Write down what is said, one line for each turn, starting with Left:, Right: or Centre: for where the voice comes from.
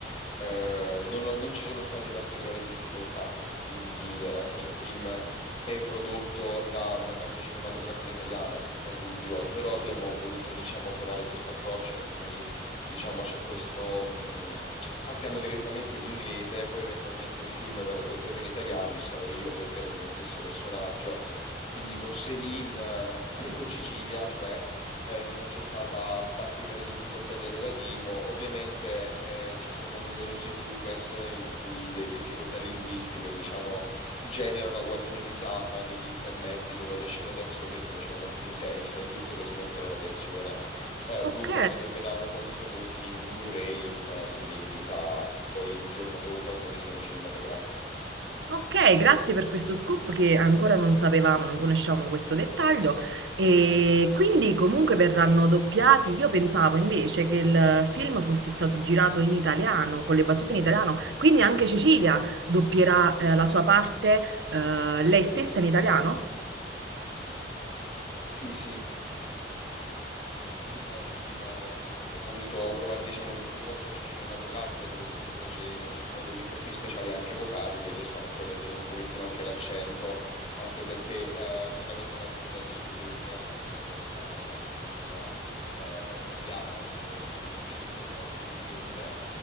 Left: eh, non, ho- non ci sono state particolari difficoltà, quindi eh, questo film è prodotto da una casa cinematografica italiana, senza dubbio, però abbiamo voluto, diciamo, provare questo approccio in cui, diciamo, c'è questo... mh, cioè, partiamo direttamente in inglese, poi eventualmente il film verrà doppiato in italiano e sarò io a doppiare il mio stesso personaggio, quindi con Céline, eh, <clears throat> con Cecilia, cioè eh, non c'è stata particolare difficoltà dialogativo. Ovviamente eh, ci sono numerosi bloopers in cui le difficoltà linguistiche, diciamo, generano qualche risata negli intermezzi dove le scene d'azione si facevano più intense, giusto per smorzare la tensione. Eh,
Right: Ok,
Left: bloopers che verranno poi introdotti in un Blu-ray eh, in vendita poi il giorno dopo nelle sale cinematografiche.
Right: Ok, grazie per questo scoop che ancora non sapevamo, non conosciamo questo dettaglio. E quindi comunque verranno doppiati. Io pensavo invece che il film fosse stato girato in italiano, con le battute in italiano, quindi anche Cecilia doppierà eh, la sua parte eh, lei stessa in italiano?
Left: Sì, sì. Sì, no, il film eh, abbiamo voluto provare, diciamo, questo nuovo approccio cinematografico dove comunque c'è- ci sono degli effetti speciali anche vocali che riescono a correggere un pochettino anche l'accento, anche perché eh, non avendo mai recitato in inglese, ma essendo soltanto madrelingua eh, italiano e con un C1 in inglese,